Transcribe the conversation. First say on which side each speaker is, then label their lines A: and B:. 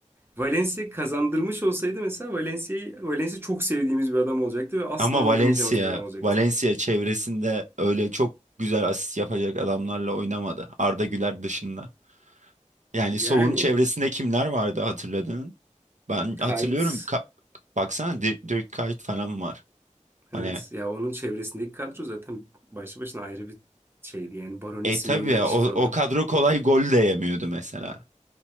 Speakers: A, on the right; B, on the right.
A: Valencia kazandırmış olsaydı mesela Valencia'yı Valencia çok sevdiğimiz bir adam olacaktı ve asla
B: Ama
A: unutamayacağımız
B: Valencia,
A: bir adam olacaktı.
B: Valencia çevresinde öyle çok güzel asist yapacak adamlarla oynamadı. Arda Güler dışında. Yani
A: Yani
B: Sow'un çevresinde kimler vardı hatırladın? Ben hatırlıyorum.
A: Kite
B: Ka- baksana Dir- Dirk Kuyt falan var. Hani
A: evet ya onun çevresindeki kadro zaten başlı başına ayrı bir şeydi yani Baronisi
B: e tabii
A: Meireles'i
B: ya o,
A: falan.
B: o kadro kolay gol de yemiyordu mesela.